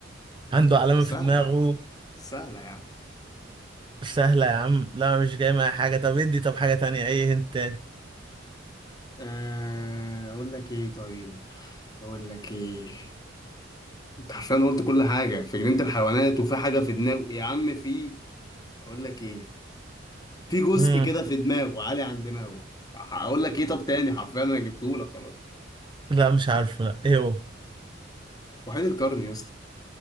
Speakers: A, on the right (about 25°); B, on the left (about 20°).
A: عنده علامه
B: سهله
A: في دماغه
B: يعني سهله يعني
A: سهله يا عم لا مش جاي معايا حاجه طب ادي طب حاجه تانية اي هنت تاني
B: أه، اقول لك ايه طيب اقول لك ايه انت حرفيا قلت كل حاجه في جنينه الحيوانات وفي حاجه في دماغه يا عم في اقول لك ايه في جزء
A: مم.
B: كده في دماغه عالي عن دماغه هقول لك ايه طب تاني حرفيا انا جبته لك خلاص
A: لا مش عارفه لا ايه هو
B: وحيد القرن يا اسطى